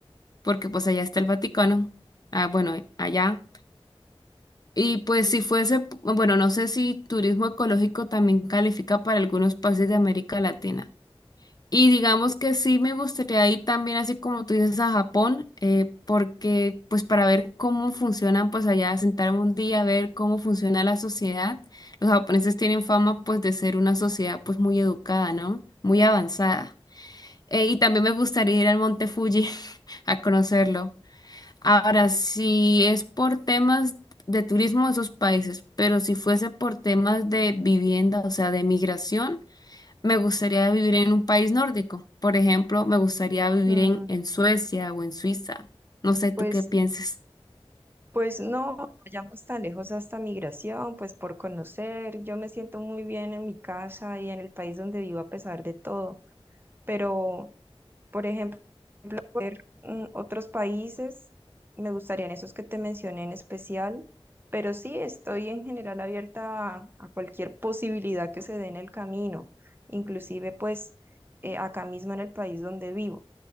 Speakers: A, on the left; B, on the right.
A: porque pues allá está el Vaticano. Ah, bueno, allá. Y pues si fuese, bueno, no sé si turismo ecológico también califica para algunos países de América Latina. Y digamos que sí me gustaría ir también, así como tú dices, a Japón, eh, porque pues para ver cómo funcionan, pues allá sentarme un día a ver cómo funciona la sociedad. Los japoneses tienen fama pues de ser una sociedad pues muy educada, ¿no? Muy avanzada. Eh, y también me gustaría ir al Monte Fuji <laughs> a conocerlo. Ahora, si es por temas de turismo de esos países, pero si fuese por temas de vivienda, o sea, de migración, me gustaría vivir en un país nórdico. Por ejemplo, me gustaría vivir
B: Mm,
A: en, en Suecia o en Suiza. No sé tú
B: Pues,
A: qué pienses.
B: pues no, no vayamos tan lejos hasta migración, pues por conocer. Yo me siento muy bien en mi casa y en el país donde vivo a pesar de todo, pero, por ejemplo, ver mm, otros países, me gustarían esos que te mencioné en especial, pero sí estoy en general abierta a, a cualquier posibilidad que se dé en el camino, inclusive pues eh, acá mismo en el país donde vivo.